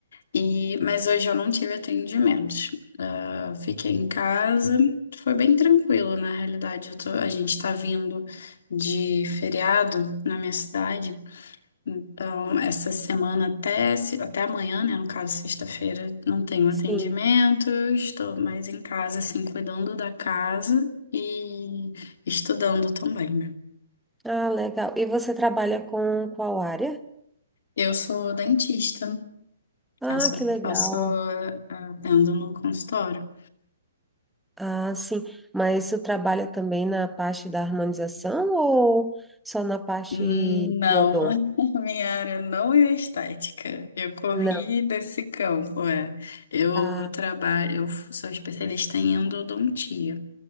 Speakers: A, on the left; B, in the centre.
A: e mas hoje eu não tive atendimentos. Ah, fiquei em casa. Foi bem tranquilo, na realidade. Eu tô- a gente está vindo de feriado na minha cidade. Então, essa semana até, se- até amanhã, né? No caso, sexta-feira, não tenho atendimento,
B: Sim.
A: estou mais em casa, assim, cuidando da casa e estudando também, né?
B: Ah, legal. E você trabalha com qual área?
A: Eu sou dentista,
B: Ah,
A: faço,
B: que legal.
A: faço, ah, atendo no consultório.
B: Ah, sim. Mas você trabalha também na parte da harmonização ou só na parte
A: Não,
B: de odonto?
A: <laughs> minha área não é estética. Eu corri
B: Não.
A: desse campo, é. Eu
B: Ah,
A: trabalho, eu sou especialista em endodontia.